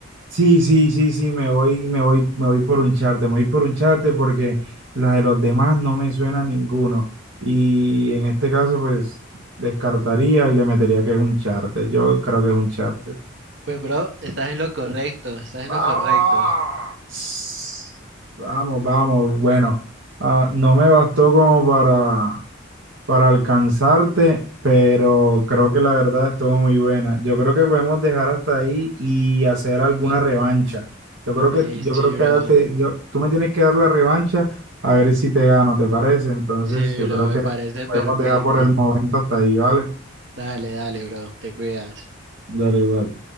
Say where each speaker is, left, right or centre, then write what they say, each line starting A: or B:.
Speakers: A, on the right; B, on the right.
A: Sí, sí, sí, sí, me voy, me voy, me voy por un charte, me voy por un charte porque las de los demás no me suena a ninguno. Y en este caso, pues, descartaría y le metería que es un charte. Yo creo que es un charte.
B: Pues, bro, estás en lo correcto, estás en
A: Vamos,
B: lo correcto.
A: vamos, vamos. Bueno, ah, no me bastó como para para alcanzarte, pero creo que la verdad estuvo muy buena. Yo creo que podemos dejar hasta ahí y hacer alguna revancha. Yo creo
B: Sí,
A: que, yo
B: sí,
A: creo que
B: bro.
A: te- yo- tú me tienes que dar la revancha a ver si te gano, ¿te parece? Entonces,
B: Sí,
A: yo
B: bro,
A: creo
B: me
A: que
B: parece
A: podemos
B: perfecto.
A: dejar por el momento hasta ahí, ¿vale?
B: Dale, dale, bro, te cuidas.
A: Dale, igual.